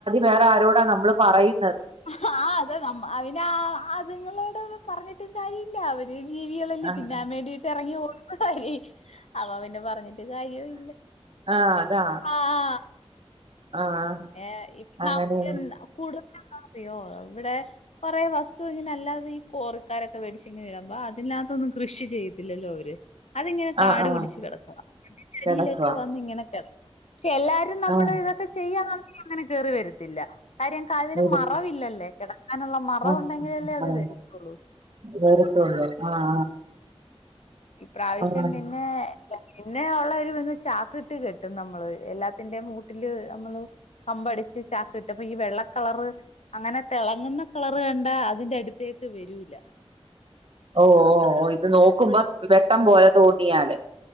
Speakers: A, on the right (about 55°); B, on the left (about 85°).
A: വേറെ ആരോടാ നമ്മള് പറയ
B: ആഹ് അതെ നമ്മ അതിന് ആ അതുങ്ങളോട് പറഞ്ഞ ട്ട് കാര്യല്ല അവ ഈ ജീവികളല്ലേ
A: ആഹ്
B: തിന്നാൻ വേണ്ടീട്ട് ഇറങ്ങി ഓ <unintelligible> അപ്പൊ പിന്നെ പറഞ്ഞിട്ട് കാര്യവും ഇല്ല
A: ആഹ് അതാ
B: ആഹ്
A: ആഹ്
B: പിന്നെ
A: അങ്ങനെ
B: നമുക്ക് <unintelligible> കൂടു അയ്യോ അവിടെ കുറെ വസ്തു ഇങ്ങനെ അല്ലാതെ ഈ കോറിക്കാരൊക്കെ മേടിച്ച് ഇങ്ങനെ ഇടുമ്പോ അതിനകത്തൊന്നും കൃഷി ചെയ്യത്തില്ലല്ലോ ഇവര്. അതിങ്ങനെ കാട്
A: ആഹ് ആഹ്
B: പിടിച്ച് കിടക്കും തൊടിയിലൊക്കെ
A: കിടക്കുവാ
B: വന്നിങ്ങനെ കട പക്ഷെ എല്ലാരും നമ്മള്
A: ആഹ്
B: ഇതൊക്കെ ചെയ്യാ അങ്ങനെ കേറി വരുത്തില്ല. കാര്യം ക
A: വരു
B: അല്ലേ കിട നുള്ള മറവ്
A: ആഹ്
B: ഉണ്ടെങ്കിലല്ലേ അത്
A: ആഹ്
B: വരുത്തുള്ളൂ.
A: വരത്തുള്ളൂ ആഹ്
B: ഇപ്രാവശ്യം
A: ആഹ് ആഹ്
B: പിന്നെ പിന്നെ ഉള്ളൊര് വന്ന് ചാക്ക് ഇട്ട് കെട്ടും നമ്മള് എല്ലാത്തിന്റെയും കൂട്ടില് നമ്മള് കമ്പടിച്ച് ചാക്ക് കട്ടും അപ്പൊ ഈ വെള്ളക്കളറ് അങ്ങനെ തിളങ്ങുന്ന കളർ കണ്ട അതിന്റെ അടുത്തേക്ക് വരൂല
A: ഓ ഓ ഓ ഇത് നോക്കുമ്പോ വെട്ടം പോ തോന്നിയാല്